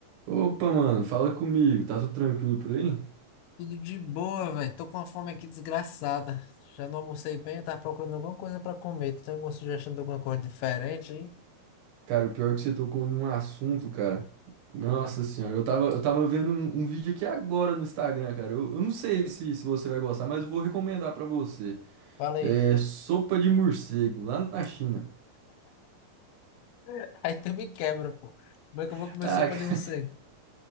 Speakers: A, on the right; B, on the left.
A: Opa, mano, fala comigo, tá tudo tranquilo por aí?
B: Tudo de boa, velho. Tô com uma fome aqui desgraçada. Já não almocei bem, eu tava procurando alguma coisa pra comer. Tu tem alguma sugestão de alguma coisa diferente aí?
A: Cara, o pior é que você tocou num assunto, cara. Nossa senhora, eu tava, eu tava vendo um, um vídeo aqui agora no Instagram, cara. Eu, eu não sei se, se você vai gostar, mas eu vou recomendar pra você.
B: Fala aí.
A: É sopa de morcego, lá na China.
B: <laughs> Aí tu me quebra, pô. Como é que
A: <laughs>
B: eu vou comer
A: Ah,
B: sopa
A: ca-
B: de morcego?